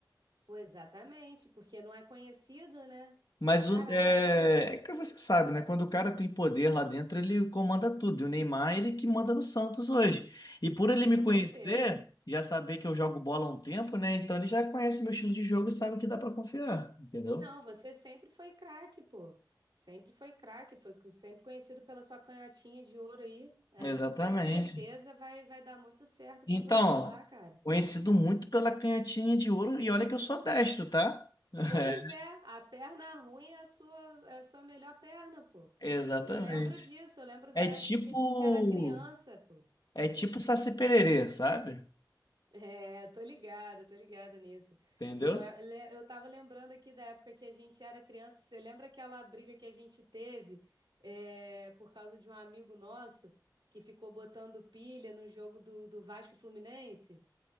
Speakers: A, on the right; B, on the left.
A: Pô, exatamente, porque não é conhecido, né?
B: Mas
A: Caraca,
B: o, é, é que você sabe, né? Quando o cara tem poder lá dentro, ele comanda tudo. E o Neymar, ele que manda no Santos hoje. E por ele me
A: com
B: conhecer,
A: certeza.
B: já saber que eu jogo bola há um tempo, né? Então ele já conhece meu estilo de jogo e sabe que dá pra confiar, entendeu?
A: Não, você sempre foi craque, pô. Sempre foi craque, foi co- sempre conhecido pela sua canhotinha de ouro aí. É,
B: Exatamente.
A: com certeza vai, vai dar muito certo
B: Então,
A: pra você lá, cara.
B: conhecido muito pela canhotinha de ouro, e olha que eu sou destro, tá? <laughs>
A: Pois é, a perna ruim é a sua, é a sua melhor perna, pô.
B: exatamente.
A: Eu lembro disso, eu lembro da
B: É
A: época
B: tipo.
A: que a gente era criança, pô.
B: É tipo Saci Pererê, sabe?
A: É, tô ligada, tô ligada nisso.
B: Entendeu?
A: E eu, eu, eu tava lembrando aqui da época que a gente era criança. Você lembra aquela briga que a gente teve, é, por causa de um amigo nosso que ficou botando pilha no jogo do, do Vasco e Fluminense?